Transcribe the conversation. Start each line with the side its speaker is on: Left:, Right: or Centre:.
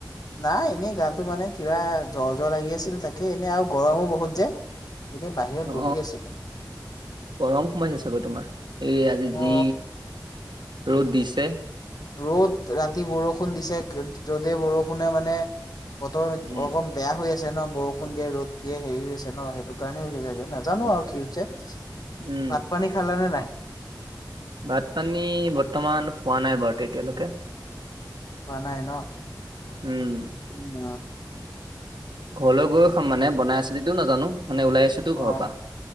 Left: নাই এনেই গাটো মানে কিবা জ্বৰ জ্বৰ লাগি আছিল তাকে এনে আৰু গৰমো বহুত যে এনেই বাহিৰত
Right: অ
Left: বহি আছিলো
Right: গৰম সোমাইছে গৈ তোমাৰ এই আজি
Left: অ
Right: যি ৰ'দ দিছে
Left: ৰ'দ ৰাতি বৰষুণ দিছে য'দ বৰষুণে মানে অত
Right: উম
Left: অকন বেয়া হৈ আছে ন বৰষুণ দিয়ে ৰ'দ দিয়ে হেৰি হৈছে ন সেইটো কাৰণে হৈছে নাজানো আৰু কিতো
Right: উম
Left: ভাত পানী খালানে নাই।
Right: ভাত পানী বৰ্তমান হোৱা নাই বাৰু এতিয়ালৈকে।
Left: হোৱা নাই ন
Right: উম
Left: উম
Right: ঘৰলৈ গৈ খাম মানে বনাই আছে যদিও নাজানো। মানে ওলাই আহিছোতো ঘৰৰ
Left: অ
Right: পৰা